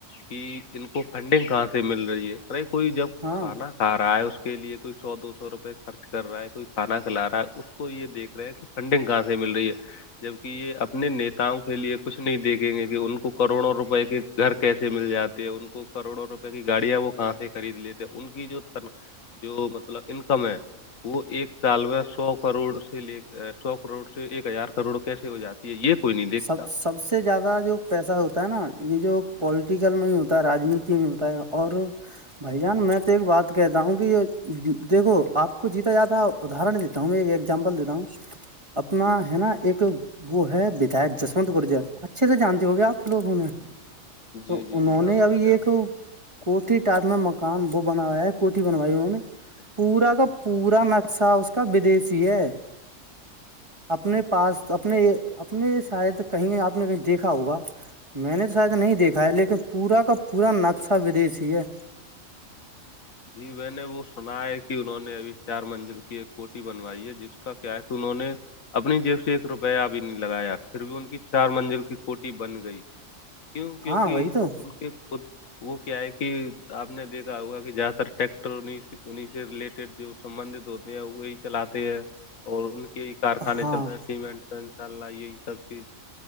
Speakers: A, on the left; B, on the right.
A: کہ ان کو فنڈنگ کہاں سے مل رہی ہے اے کوئی جب
B: ہاں
A: کھانا کھا رہا ہے اس کے لیے کوئی سو دو سو روپئے خرچ کر رہا ہے کوئی کھانا کھلا رہا ہے اس کو یہ دیک رہا ہے کہ فنڈنگ کہاں سے مل رہی ہے جبک یہ اپنے نیتاؤ کے لیے کچھ نہیں دیکھیں گے کہ ان کو کروڑوں روپئے کے گھر کیسے مل جاتے ہیں ان کو کروڑوں روپے کی گاڑیاں وہ کہاں سے خرید لیتے ہیں ان کی جو جو مطلب انکم ہے وہ ایک سالو سو کروڑ سے لے سو کروڑ سے ایک ہزار کروڑ کیسے ہو جاتا یہ کوئی نہیں دیکھتا
B: سب سب سے زیادہ جو پیسہ ہوتا ہے نا یہ جو پولٹیکل میں ہی ہوتا ہے راجنیتی میں ہوتا ہے اور بھائی جان میں تو ایک بات کہتا ہوں کہ یہ دیکھو آپ کو جیتا جاتا ہو ادہر دیتا ہوں میں ایکگزامپل دیتا ہوں اپنا
A: جی
B: ہے نا ایک وہ ہے بداک جسوونت گرجر اچھے سے جانتے ہو گے آپ لوگوں میں
A: جی
B: تو
A: جی
B: انہوں
A: انشاء اللہ
B: نے ابھی
A: جان
B: ایک کوٹھی ٹٹنا مکان وہ بناوایا ہے کوٹھی بنوائی انہوں نے پورا کا پورا نقشہ اس کا ودیسیی ہے اپنے پاس اپنے اپنے شاید کہیں آپ نے کہیں دیکھا ہوگا میں نے تو شاید نہیں دیکھا ہے لیکن پورا کا پورا نقشہ ودیشی ہے
A: جی میں نے وہ سنا ہے کہ انہوں نے ابھی چار منزل کی ایک کوٹی بنوائی ہے جس کا کیا ہے کہ انہوں نے اپنی جیب سے ایک روپیہ ابھی نہیں لگایا پھر بھی ان کی چار منزل کی کوٹی بن گئی کیوں کیوںکہ
B: ہاں وہی تو
A: ان کے خود وہ کیا ہے کہ آپ نے دیکھا ہوا کہ ٹیکٹر انیں سے ریلیٹڈ جو سبندت ہوتے ہیں وہی چلاتے ہیں اور ان یہی کارخانے
B: ہاں
A: چل رہے ہیں سیمنٹ انشاء اللہ یہی سب چیز